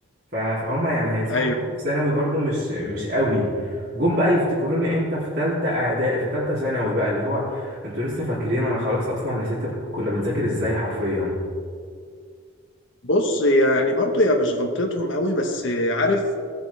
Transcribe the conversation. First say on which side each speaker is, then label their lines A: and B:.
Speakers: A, on the right; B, on the left.
A: ف- فهم يعني هينصحوا
B: ايوه
A: بحاجة في ثانوي برضو مش مش قوي جم بقى يفتكروني امتى في تالتة اعدادي في تالتة ثانوي بقى اللي هو انتوا لسه فاكرين انا خلاص اصلا نسيت كنا بنذاكر ازاي حرفيا
B: بص يعني برضو هي مش غلطتهم قوي بس عارف